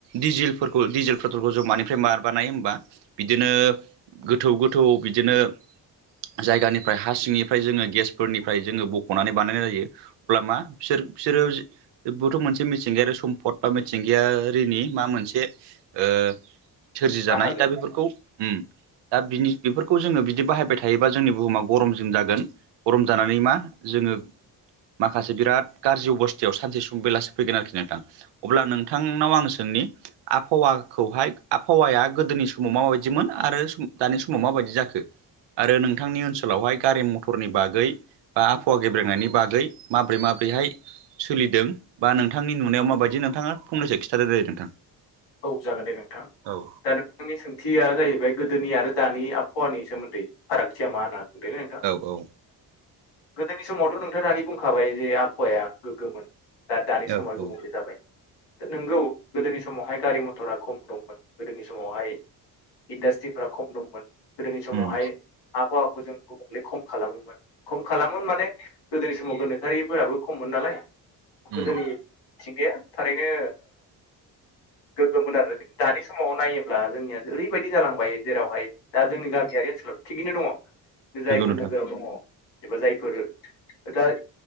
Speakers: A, on the right (about 75°); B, on the left (about 75°).
A: डिजेलफोरखौ डिजेल पेट्रलखौ मानिफ्राय मारै बानायो होमबा बिदिनो गोथौ गोथौ बिदिनो जायगानिफ्राय हा सिंनिफ्राय जोङो गेसफोरनिफ्राय जोङो बख'नानै बानायनाय जायो। अब्ला मा बिसोर बिसोरो बेथ' मोनसे मेसि मिथिंगायारि सम्पद बा मिथिंगायारिनि मा मोनसे ओ सोरजि जानाय
B: बाहागो
A: दा बेफोरखौ उम, दा बिनि बेफोरखौ जोङो बिदि बाहायबाय थायोबा जोंनि बुहुमा गरमजों जागोन गरम जानानै मा जोंङो। माखासे बिराद गाज्रि अबस्थायाव सानसे सुं बेलासो फैगोन आरोखि नोंथां अब्ला नोंथांनाव आं सोंनि आबहावाखौहाय आबहावाया गोदोनि समाव माबायदिमोन आरो दानि समाव माबायदि जाखो आरो नोंथांनि ओनसोलावहाय गारि मथरनि बागै बा आबहावा गेब्रेनायनि बागै माब्रै माब्रैहाय सोलिदों बा नों नोंथांनि नुनायाव माबायदि नोंथा फंनैसो खिथादो दे नोंथां
B: औ जागोन दे नोंथां
A: औ
B: दा नोंथांनि सोंथिया जाहैबाय गोदोनि आरो दानि आबहावानि सोमोन्दै फारागथिया मा होनागोन बेनो नोंथां
A: औ औ
B: गोदोनि समावथ' नोंथां आ दानि बुंखाबाय जे आबहावाया गोग्गोमोन दा दानि समावहाय
A: औ
B: गुबुंले
A: औ
B: जाबाय दा नोंगौ गोदोनि समाव बेहाय गारि मथरा खम दंमोन गोदोनि समावहाय इन्डास्ट्रिफ्रा खम दंमोन गोदोनि समावहाय
A: उम
B: आबहावाखौ जों गुबुंले खम खालामोमोन खम खालामोन माने गोदोनि समाव गोनोखोआरिफोराबो खममोन नालाय
A: उम
B: गोदोनि मिथिंगाया थारैनो गोग्गोम आरो खिन्थु दानि समाव नायोब्ला जोंनिया ओरैबायदि जालांबाय जेरावहाय दा जोंनि गामियारि ओनसोलाव थिगैनो दङ जायफोर
A: नंगौ नोंथां
B: नोगोराव दङ एबा जायफोर दा